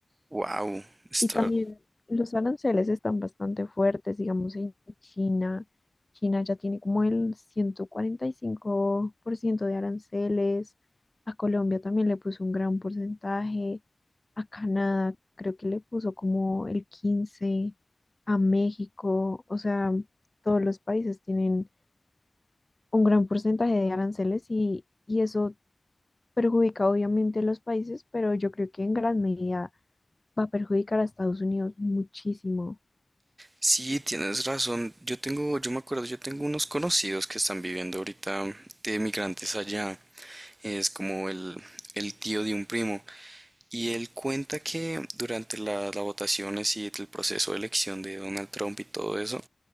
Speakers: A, on the right; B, on the left.
A: Wow, está
B: Y también los aranceles están bastante fuertes, digamos, en China. China ya tiene como el 145% de aranceles. A Colombia también le puso un gran porcentaje. A Canadá creo que le puso como el 15%. A México. O sea, todos los países tienen un gran porcentaje de aranceles y, y eso perjudica obviamente a los países, pero yo creo que en gran medida va a perjudicar a Estados Unidos muchísimo.
A: Sí, tienes razón. Yo tengo, yo me acuerdo, yo tengo unos conocidos que están viviendo ahorita de migrantes allá. Es como el, el tío de un primo. Y él cuenta que durante la- las votaciones y sí, el proceso de elección de Donald Trump y todo eso,